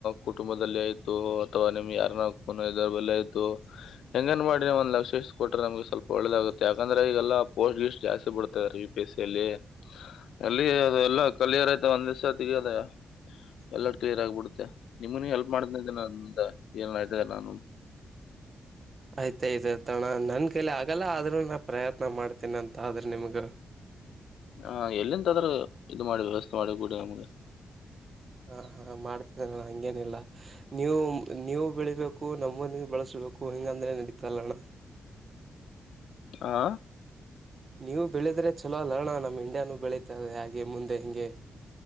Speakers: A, on the left; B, on the right.
A: ಕುಟುಂಬದಲ್ಲಿ ಆಯ್ತು ಅಥವಾ ನಿಮ್ ಯಾರನ್ನ <unintelligible> ಬಲ್ಲ ಆಯ್ತು. ಹೆಂಗಾನ್ ಮಾಡಿ ಒಂದ್ ಲಕ್ಷ ಈಸ್ ಕೊಟ್ರೆ ನಮ್ಗೆ ಸ್ವಲ್ ಒಳ್ಳದಾಗುತ್ತೆ ಯಕಂದ್ರೆ ಈಗಲ್ಲ ಪೋಸ್ ಗೀಸ್ಟ್ ಜಾಸ್ತಿ ಬಿಳ್ತದ ರಿ. ಬಿಸ್ಲಲ್ಲಿ ಅಲ್ಲಿ ಅದು ಎಲ್ಲ ಕಲಿಯರೖತ ಒಂದ್ ದಿವ್ಸ ತೆಗಿಯೋದ. ಎಲ್ಲರ ಕ್ಲಿಯರ್ ಆಗ್ಬಿಡುತ್ತೆ ನಿಮನ್ನು ಹೆಲ್ಪ್ ಮಾಡ್ತನ ಆಂತ ಏನ್ ಆ್ತ ನಾನು.
B: ಆಯ್ತಯ್ತೆ ತಣ ನನ್ನ ಕೈಲಿ ಆಗಲ್ಲ ಆದ್ರೂ ನಾ ಪ್ರಯತ್ನ ಮಾಡ್ತೀನ ಅಂತ ಆದ್ರೆ ನಿಮ್ಗ
A: ಹ ಎಲ್ಲಿಂತಾದ್ರೂ ಇದು ಮಾಡಿ ವ್ಯವಸ್ಥೆ ಮಾಡಿ ಕೂಡಿ ನಮ್ಗೆ.
B: ಹ ಹಾ ಮಾಡ್ತಿನೆ ನಾನು ಹಂಗೇನಿಲ್ಲ. ನೀವು ನೀವು ಬೆಳೀಬೇಕು ನಮ್ಮನ್ ನೀವ್ ಬಳಸ್ಬೇಕು ಹಿಂಗ ಅಂದ್ರೆ ನಡೀತ ಅಲ್ಲ ಅಣ್ಣ.
A: ಹಾ
B: ನೀವು ಬೆಳದ್ರೆ ಚಲೋ ಅಲ್ಲರ್ಣ ನಮ್ ಇಂಡಿಯಾನು ಬೆಳತದೆ ಹಾಗೆ ಮುಂದೆ ಹಿಂಗೆ.